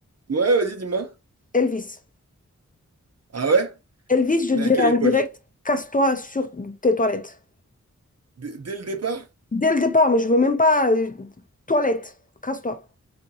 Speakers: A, on the right (about 55°); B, on the left (about 30°).
A: Ouais, vas-y, dis-moi.
B: Elvis.
A: Ah ouais?
B: Elvis, je
A: Mais
B: dirais
A: à quelle
B: en
A: époque?
B: direct, casse-toi sur tes toilettes.
A: Dès dès le départ?
B: Dès le départ, mais je veux même pas euh, toilette, casse-toi.